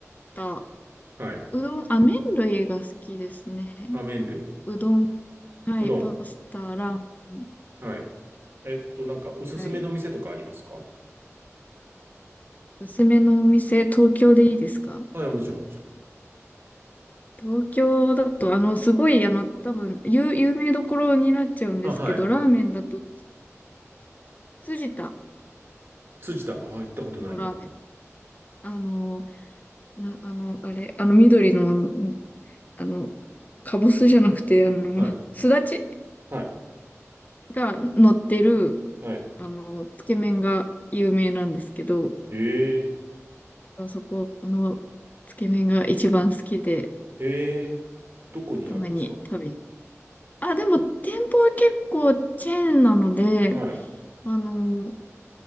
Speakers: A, on the left (about 30°); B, on the right (about 50°).
A: タ。
B: はい。
A: うどん、あ、麺類が好きですね。
B: あ、麺類。
A: うどん、はい、
B: うどん。
A: パスタ、ラーメン、
B: はい。えっと、なんか、おすすめの店とかありますか
A: はい。おすすめのお店、東京でいいですか
B: はい、もちろん、もちろん。
A: 東京だと、あの、すごい、あの、多分、有、有名どころになっちゃうんですけど、
B: あ、はい。
A: ラーメンだと、辻田
B: 辻田、ああ、行ったことないな。
A: のラーメン。あの、な、あの、あれ、あの、緑の、あの、あの、かぼすじゃなくて、あの、
B: はい。
A: すだち
B: はい。
A: が乗ってる、
B: はい。
A: あの、つけ麺が有名なんですけど、
B: ええ、
A: そこのつけ麺が一番好きで、
B: ええ、どこにあるんですか
A: たまに食べに。あ、でも店舗は結構チェーンなので、
B: はい。
A: あの、